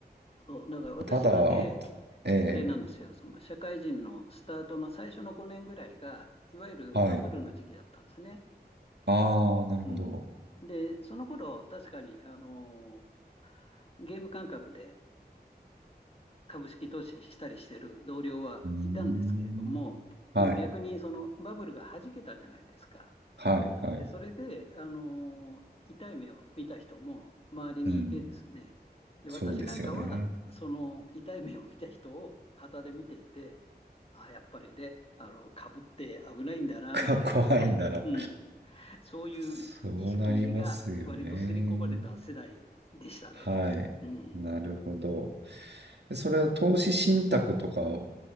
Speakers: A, on the left; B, on the right.
A: そう、だから私はね、
B: ただ、わええ
A: あれなんですよ、その社会人のスタートの最初の5年ぐらいが、いわゆるバブルの時期だったんですね。
B: はい。ああ、なるほど。
A: うん、で、その頃確かにあのゲーム感覚で株式投資したりしてる同僚はいたんですけれども、
B: うーん、はい、
A: でも逆にそのバブルが弾けたじゃないですか。
B: はい、はい。
A: で、それで、あのー痛い目を見た人も周りにいてですね、
B: うん、
A: で、私なんかは、
B: そうですよね。
A: その痛い目を見た人を旗で見ていて、あ、やっぱりね、あの、かぶって危ないんだな、
B: <laughs> か怖いんだな。
A: みたいな、<laughs> うん、そういう意識が割と刷り込まれた世代でしたね。
B: そうなりますよね。はい。
A: うん、
B: なるほど。それは投資信託とか